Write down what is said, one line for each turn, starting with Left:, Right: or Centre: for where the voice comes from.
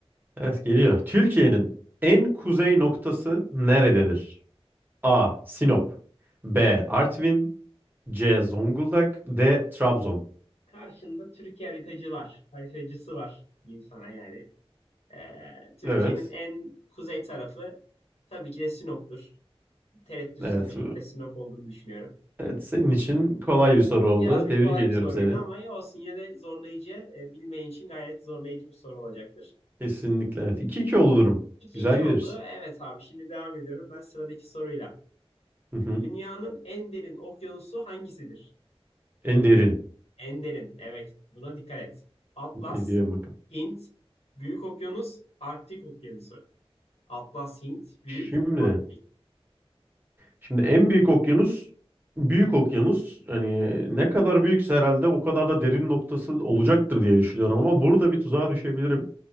Right: Evet geliyor. Türkiye'nin en kuzey noktası nerededir? A. Sinop B. Artvin C. Zonguldak D. Trabzon
Left: Karşında Türkiye haritacı var. Haritacısı var diyeyim sana yani. Ee, Türkiye'nin
Right: Evet.
Left: en kuzey tarafı tabii ki de Sinop'tur. tereddütsüz
Right: Evet.
Left: bir şekilde
Right: bu-
Left: Sinop olduğunu düşünüyorum.
Right: Evet senin için kolay bir soru oldu.
Left: Biraz bir
Right: Tebrik
Left: kolay
Right: ediyorum
Left: bir soruydu
Right: seni.
Left: ama ya olsun yine de zorlayıcı, e, bilmeyen için gayet zorlayıcı bir soru olacaktır.
Right: Kesinlikle evet. iki iki oldu durum.
Left: 2
Right: Güzel
Left: iki
Right: gidiyoruz.
Left: oldu. Evet abi şimdi devam ediyorum ben sıradaki soruyla.
Right: Hı hı.
Left: Dünyanın en derin okyanusu hangisidir?
Right: En derin.
Left: En derin. Evet buna dikkat et. Atlas,
Right: Ediyorum bakalım.
Left: Hint, Büyük Okyanus, Arktik Okyanusu. Atlas, Hint, Büyük,
Right: Şimdi,
Left: Arktik.
Right: şimdi en büyük okyanus büyük okyanus. Hani ne kadar büyükse herhalde o kadar da derin noktası olacaktır diye düşünüyorum ama burada bir tuzağa düşebilirim.